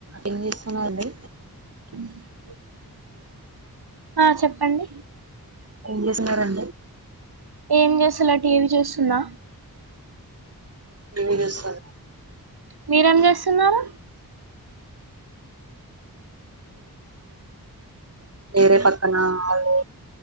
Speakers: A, on the right; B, on the right.
A: ఏం జేసున్నారండి
B: <unintelligible> ఆ చెప్పండి
A: ఏం జేసునరండీ
B: ఏం చేస్తలా టీవీ జూస్తున్నా
A: ఏం జేసర్
B: మీరేం చేస్తున్నారు
A: <unintelligible> ఏం లే <unintelligible> కున్నాం ద వేరే పక్కన ఆళ్ళు